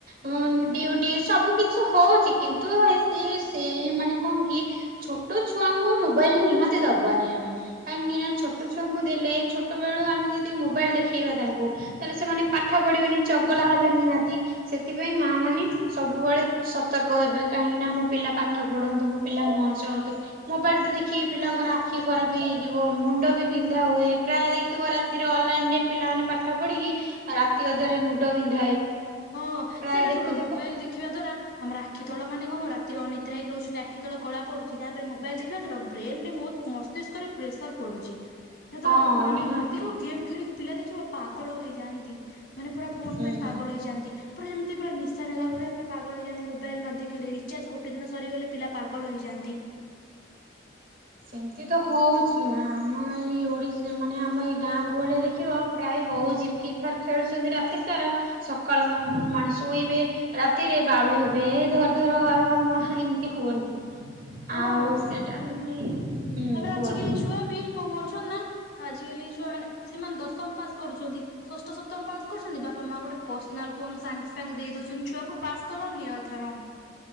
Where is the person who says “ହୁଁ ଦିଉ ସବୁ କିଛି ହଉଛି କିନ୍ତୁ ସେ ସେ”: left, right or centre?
Right